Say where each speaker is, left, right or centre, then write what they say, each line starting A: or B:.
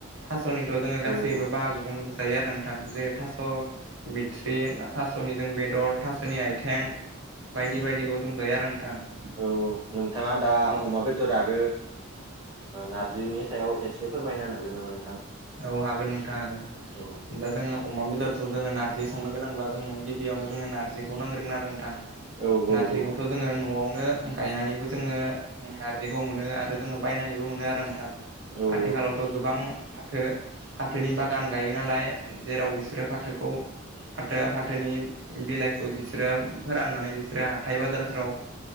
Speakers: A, on the right; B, on the right.
A: थास'निथ' जोंङो
B: नोंथाङा
A: गासैबो बाहागोखौ नुजायो आरो नोंथां जे थास' बिथ्रि थास'निजों बेदर थास'नि आथिं बायदि बायदिखौ जों गैया आरो नोंथां
B: औ नोंथांङा दा
A: औ
B: अमा बेदर आरो नारजिनि सायाव एसे एसे फोरमायनो हागोन नामा नोंथां
A: औ हागोन नोंथां हागोन
B: औ
A: दा जोंङो अमा बेदरजों जोङो नारजि सं गोनांब्ला जोंनो गिबियावनो जोंनो नारजिखौ नांग्रोगोन आरो नोंथां
B: औ औ
A: नारजिखौथ'
B: औ
A: जोंङो न'आवनो गायनानैबो जोंङो नार्जिखौ मोनो आरो जोंङो बायनानैबो मोनो आरो नोंथां
B: औ
A: आथिखालावथ'
B: औ
A: गोबां फाथो फाथोनि बागान गायो नालाय जेराव बिसोरो फाथोखौ फाथो फाथोनि बेलाइखौ बिसोरो फोराननानै बिसोरो हाथथाय बाजारफ्राव